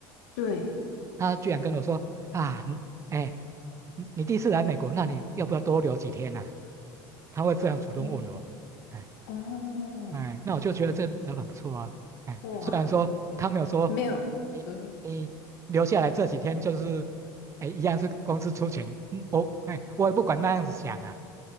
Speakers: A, on the left; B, on the right.
A: 对，
B: 他居然跟我说啊，你哎，你你第一次来美国，那你要不要多留几天呢、啊他会这样主动问我，
A: 哦
B: 哎
A: 哦，
B: 哎，那我就觉得这老板不错啊。哎，
A: 哇，
B: 虽然说他没有说
A: 没有，
B: 你你留下来这几天就是，
A: 对，
B: 哎，一样是公司出钱，嗯，我哎我也不管那样子想啊。